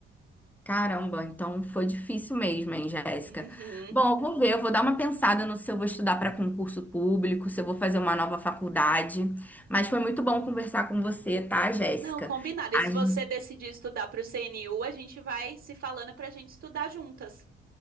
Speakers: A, in the centre; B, on the right.
A: Caramba, então foi difícil mesmo, hein, Jéssica?
B: Uhum.
A: Bom, eu vou ver, eu vou dar uma pensada no se eu vou estudar para concurso público, se eu vou fazer uma nova faculdade. Mas foi muito bom conversar com você, tá, Jéssica?
B: Não, combinado.
A: A
B: E se você
A: gen-
B: decidir estudar para o CNU, a gente vai se falando para a gente estudar juntas.